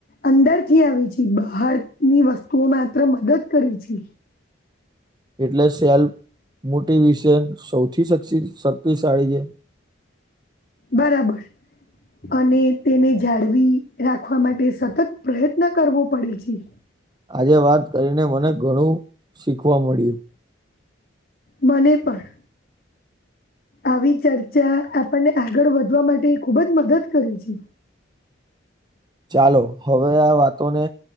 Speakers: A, on the left; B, on the right.
A: અંદર થી આવી છે બહાર ની વસ્તુઓ માત્ર મદદ કરી છે.
B: એટલે સેલ્ફ મોટી વિશે સૌથી <unintelligible> શક્તિશાળી છે.
A: બરાબર અને તેને જાળવી રાખવા માટે સતત પ્રયત્ન કરવો પડે છે.
B: આજે વાત કરીને મને ઘણું શીખવા મળ્યું.
A: મને પણ આવી ચર્ચા આપણને આગળ વધવા માટે ખુબ જ મદદ કરે છે.
B: ચાલો હવે આ વાતોને